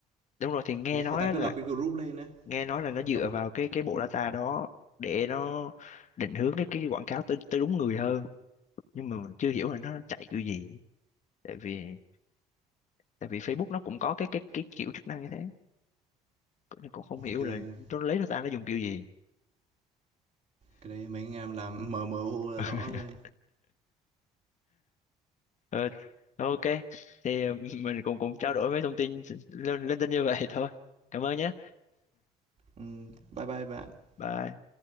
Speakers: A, on the left; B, on the right.
A: đúng rồi thì nghe
B: đấy,
A: nói
B: người ta
A: á
B: cứ
A: là
B: lập cái group lên á,
A: nghe nói là nó dựa
B: lập cái
A: vào cái cái bộ data đó để nó định hướng cái cái quảng cáo tới tới đúng người hơn nhưng mà mình chưa hiểu là nó chạy kiểu gì tại vì tại vì Facebook nó cũng có cái cái cái kiểu chức năng như thế nên cũng không hiểu
B: cái
A: là nó lấy data nó dùng kiểu gì
B: cái đấy mấy anh em làm mờ mờ ô là
A: <laughs>
B: rõ rồi,
A: ờ, ok thì mình cũng cũng trao đổi mấy thông tin lên linh tinh như vậy thôi cảm ơn nhé
B: Ừm, bye bye bạn.
A: bye